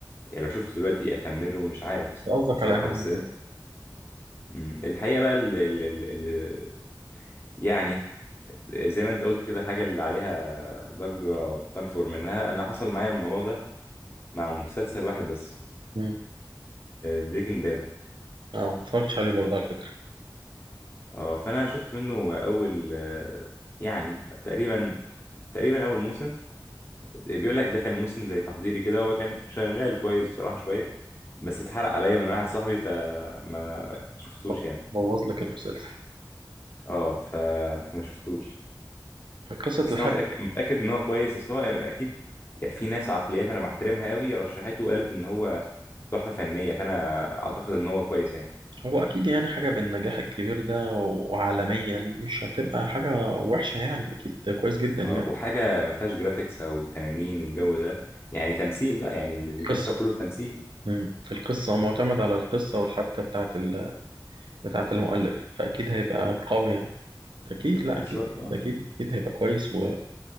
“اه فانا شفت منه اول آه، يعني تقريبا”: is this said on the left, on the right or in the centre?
Left